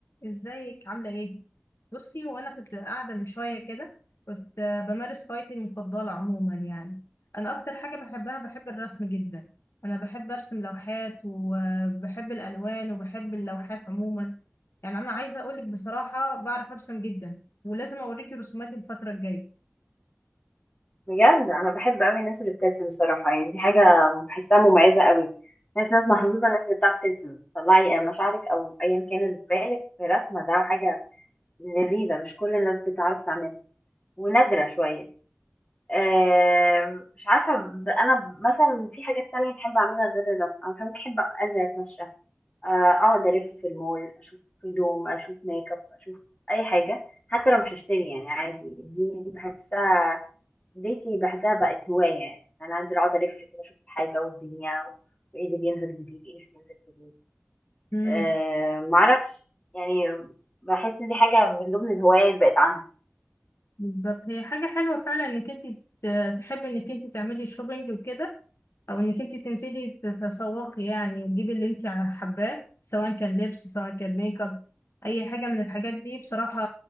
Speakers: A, on the left; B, on the left.
A: ازيك عاملة ايه؟ بصي وانا كنت قاعدة من شوية كده كنت آه، بمارس هوايتي المفضلة عموما يعني انا اكتر حاجة بحبها بحب الرسم جدا انا بحب ارسم لوحات وبحب الالوان وبحب اللوحات عموما يعني انا عايزة اقولك بصراحة بعرف ارسم جدا ولازم اوريكي رسوماتي الفترة الجاية
B: بجد انا بحب قوي الناس اللي بترسم بصراحه يعني دي حاجه بحسها مميزه قوي ناس ناس محظوظه الناس اللي بتعرف ترسم تطلعي مشاعرك او ايا كان اللي في بالك في رسمه ده حاجه لذيذه مش كل الناس بتعرف تعملها ونادره شويه أه مش عارفه ب- انا مثلا في حاجات تانية بحب اعملها غير الرسم انا بحب بحب انزل اتمشى آه، اقعد الف في المول اشوف هدوم اشوف ميك اب اشوف اي حاجه حتى لو مش هشتري يعني عادي دي بحسها ديتي بحسها بقت هواية يعني أنا أنزل أقعد ألف كده أشوف الحاجة والدنيا و... وإيه اللي بينزل جديد إيه مش بينزل جديد
A: امم
B: أه معرفش يعني بحس إن دي حاجة من ضمن الهوايات اللي بقت عندي
A: بالظبط هي حاجة حلوة فعلا انك انت تحبي انك انت تعملي شوبينج وكده او انك انت تنزلي تتسوقي يعني وتجيبي اللي انت حباه سواء كان لبس سواء كان ميك اب اي حاجه من الحاجات دي بصراحه